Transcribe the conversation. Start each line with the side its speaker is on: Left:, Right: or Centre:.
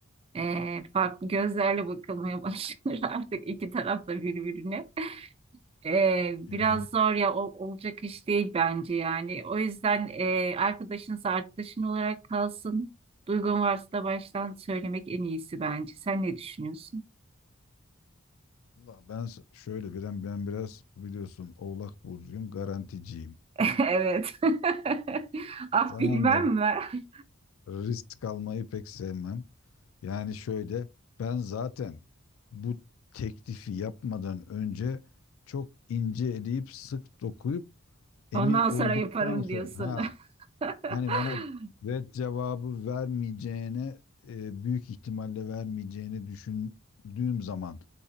Right: E, farklı gözlerle bakılmaya <laughs> başlanır artık iki taraf da birbirine. E, biraz
Left: Ya
Right: zor ya o, olacak iş değil bence yani. O yüzden e, arkadaşınız arkadaşın olarak kalsın. Duygun varsa da baştan söylemek en iyisi bence. Sen ne düşünüyorsun?
Left: Allah ben s- şöyle bir ben ben biraz biliyorsun Oğlak burcuyum, garanticiyim.
Right: <laughs> Evet. <laughs> Ah
Left: Tamam
Right: bilmem mi?
Left: risk almayı pek sevmem. Yani şöyle ben zaten bu teklifi yapmadan önce çok ince eleyip sık dokuyup
Right: Ondan
Left: emin olduktan
Right: sonra yaparım
Left: sonra
Right: diyorsun.
Left: ha
Right: <laughs>
Left: hani bana red cevabı vermeyeceğine e, büyük ihtimalle vermeyeceğini düşündüğüm zaman